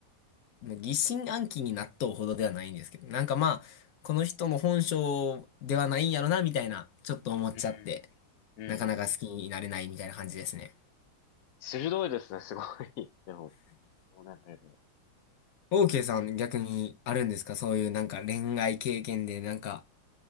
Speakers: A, on the left (about 65°); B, on the left (about 85°).
A: まあ疑心暗鬼になっとうほどではないんですけど、なんかまあ、この人の本性ではないんやろな、みたいな、ちょっと思っちゃって、
B: うん。うん、うん、
A: なかなか好きになれないみたいな感じですね。
B: うん。鋭いですね、すごい。でも、もうなんかね
A: オーケーさん逆にあるんですかそういうなんか恋愛経験で、なんか、